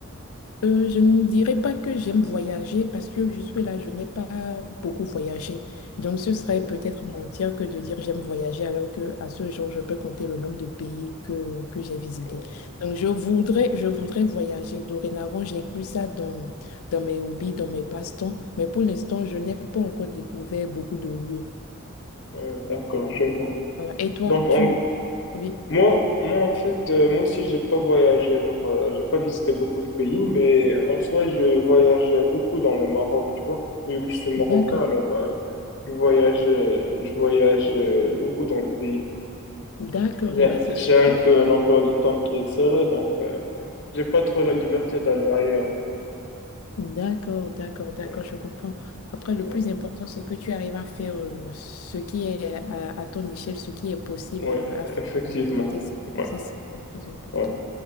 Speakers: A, on the left; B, on the left.
A: Euh, je ne dirais pas que j'aime voyager parce que jusque-là, je n'ai pas beaucoup voyagé. Donc, ce serait
B: Oh,
A: peut-être mentir que de dire j'aime voyager alors que à ce jour, je peux compter le nombre de pays que, que j'ai visités.
B: ouais,
A: Donc, je voudrais, je voudrais voyager. Dorénavant, j'inclus ça dans, dans mes hobbies, dans mes passe-temps. Mais pour l'instant, je n'ai pas encore découvert beaucoup de lieux.
B: ouais, d'accord, je vois.
A: Voilà. Et toi,
B: Donc,
A: tu,
B: en-
A: Oui,
B: moi, moi, en fait, euh, moi aussi, j'ai pas voyagé. Genre, euh, j'ai pas visité beaucoup de pays, mais en soi, je voyage beaucoup dans le Maroc, tu vois. Vu que je suis marocain,
A: d'accord,
B: alors, euh, je voyage, euh, je voyage euh, beaucoup dans le pays.
A: d'accord,
B: J'ai,
A: bah c'est super.
B: j'ai un peu un emploi de temps qui est serré, donc, euh, j'ai pas trop la liberté d'aller ailleurs.
A: D'accord, d'accord, d'accord,
B: Ouais.
A: je comprends. Après, le
B: ouais.
A: plus important, c'est que tu arrives à faire euh, ce qui est à, à ton échelle, ce qui est possible
B: Ouais,
A: euh, à faire
B: effectivement.
A: quand même dans tes circonstances.
B: Ouais,
A: C'est ça le plus important.
B: ouais.